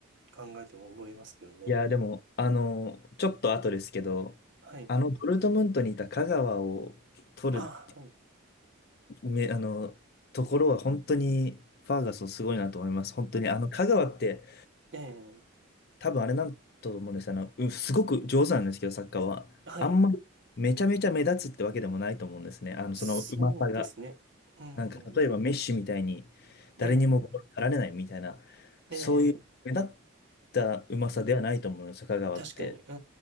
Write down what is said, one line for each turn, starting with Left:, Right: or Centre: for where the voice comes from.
Right: 考えても思いますけどね。
Left: いや、でも、あの、ちょっと後ですけど、
Right: はい。
Left: あの、ドルトムントにいた香川を取る
Right: あ、は
Left: め、あの、ところは本当にファーガソンすごいなと思います。本当に、あの、香川って
Right: い。ええ、
Left: 多分あれなんだと思うんです。あの、うんすごく上手なんですけど、サッカーは。
Right: はい。
Left: あんまりめちゃめちゃ目立つってわけでもないと思うんですね。あの、
Right: そうですね。
Left: そのうまさが。
Right: うん。
Left: なんか、例えばメッシみたいに誰にもボール取られないみたいな、
Right: ええ、ええ、
Left: そういう目立ったうまさではないと思うんですよ、香川って。
Right: 確かに。う